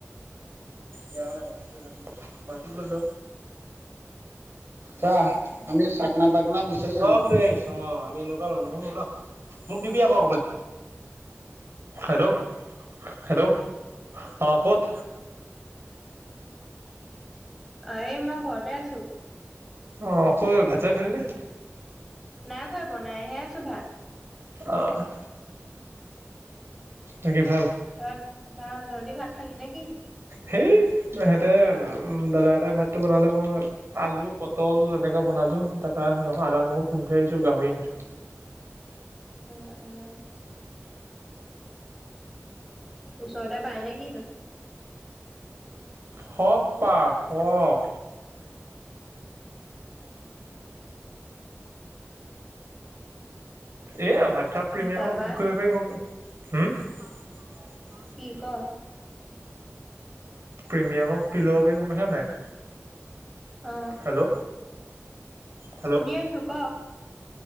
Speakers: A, on the right; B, in the centre.
A: ইয়াৰো লগত <unintelligible> মাংস লৈ ল চা
B: তাকে
A: আমি চাকনা বাকনা বিচাৰি আহিছো অ', মানুহো নোলোৱা মোক দিবি আকৌ অকণমান হেল্ল' হেল্ল' অ', ক'ত?
B: অ', এই মই ঘৰতে আছো।
A: অ', কৈ ভাত-চাত খালিনে?
B: নাই খোৱা বনাহে আছো ভাত
A: অ', বাকী ভাল?
B: তত ভাল ৰন্ধি ভাত খালি নে কি?
A: সেই সিহতে উ দাদা এটাই ভাতটো বনালে মই আলু পটল এনেকে বনাওঁ বহালো তাৰপা নহয় আদা নহৰু খুন্দি থৈ আহিছো গাহৰি আনিছো
B: অ', -অ', ওচৰতে পায় নে কিনো?
A: হ'ব পায় সব
B: উম
A: এহ হোৱাটছআপ প্ৰিমিয়ামৰ
B: তাৰপা
A: কি কৰিব পাৰি গম পাও হো
B: কি কি?
A: প্ৰিমিয়ামৰ কি ল'ব পাৰি গম পাইছ নাই?
B: অ',
A: হেল্ল' হেল্ল'
B: শুনি আছো ক